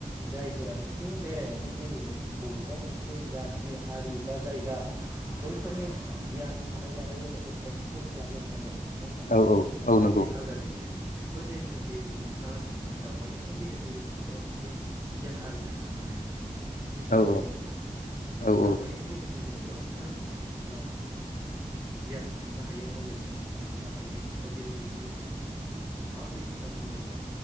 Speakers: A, on the right (about 25°); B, on the left (about 85°).
A: जायफोरानो खि बेरायनायनि गेजेरजों बबेबा मोनसे जाथि हारि बा जायगा बैफोरनि गियान थानाय जानाय लोंनायखौ एक्सप्लर खालामनो थाङो नङा होमबा
B: औ औ
A: नैबे
B: नंगौ
A: आलदा जायो आरोखि थ जहेथुकि नोंथाङा सोंबाय दावबायनायनि गेजेरजों जोङो माबा मोनसे गियान आरजिनो हागोना हाया होनानै निशय
B: औ
A: हायो नोंथां
B: औ
A: दावबायनायनि
B: औ
A: गेजेरजों जोङो गोबांथार ओ गियान बुथुमनो हायो नलेज बुथुमनो हायो दा जेरैबायदि माबोरै होनना बुङोब्ला